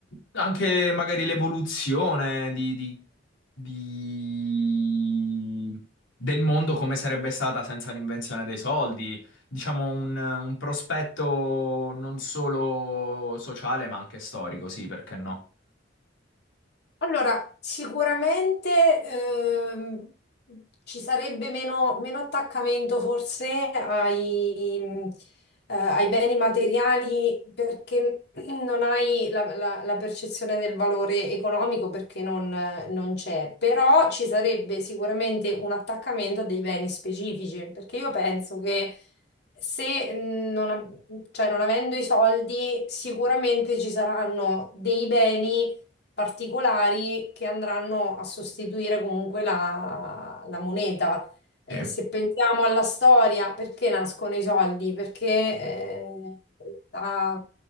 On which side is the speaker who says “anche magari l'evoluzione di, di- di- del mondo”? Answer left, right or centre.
Left